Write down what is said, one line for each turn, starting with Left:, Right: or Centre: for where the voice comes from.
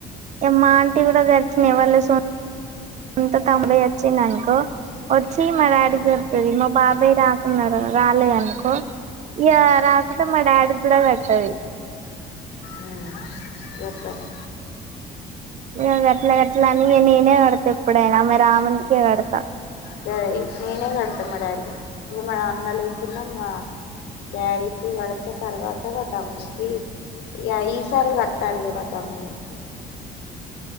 Right: ఇగ మా ఆంటీ కూడా గట్లనే వాళ్ళ సొంత్ సొంత తమ్ముడు వచ్చిండు అనుకో వచ్చి మా డాడీకి
Left: ఉమ్
Right: కడుతాది మా బాబాయ్ రాకున్నాడు రాలేదు అనుకో ఇగ రాకుంటే మా డాడీ కూడా కట్టది
Left: ఉమ్ గట్లనే
Right: ఇగా గట్లా గట్టలా అని నేనే కడతా ఎప్పుడైనా ఆమె రామ్ అంటే నేనే కడతా
Left: ఇగ ఇంకా నేనే కడతా మా డాడికి ఇంక మా అన్న లేకున్న మా డాడీ కి గడత తర్వాత మా తమ్మునీకి యా ఈసారి కట్టాలి ఇగా మా తమ్మునికి